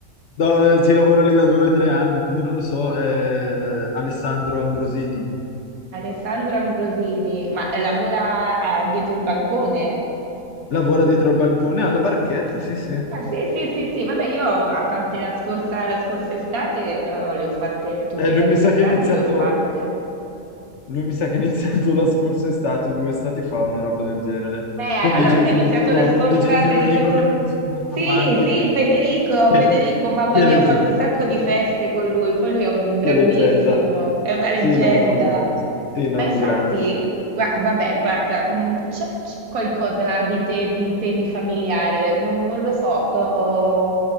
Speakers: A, on the left; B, on the right.
A: No, eh, si lavora lì da due o tre anni, quindi non lo so. eh, Alessandro Ambrosini
B: Alessandro Ambrosini, ma eh, lavora ah, dietro il bancone?
A: lavora dietro al bancone alla baracchetta, sì, sì. Eh,
B: Ah, sì, sì, sì, sì, vabbè, io a parte la scorsa, la scorsa estate, eh, le ho fatte tutte
A: eh, lui
B: le altre
A: mi sa
B: estati,
A: che ha iniziato,
B: le ho fatte.
A: lui mi sa che ha iniziato la scorsa estate, due estati fa, una roba del genere.
B: Eh,
A: Con
B: allora
A: DJ
B: se
A: Federico,
B: hai iniziato la scorsa
A: con DJ Federico
B: se hai iniziato
A: che deve suonare
B: sì,
A: una funky,
B: sì,
A: figa.
B: Federico,
A: Che,
B: Federico, mamma
A: che
B: mia,
A: legge-
B: ho fatto un sacco di feste con lui, poi lui è un grandissimo,
A: che leggenda.
B: è una leggenda.
A: Sì, no, no, lui. Sì, no,
B: Ma infatti,
A: un grande, sì.
B: gua- vabbè, guarda, mm, c'è c'è qualcosa di te, in te di familiare, non, non lo so, oh,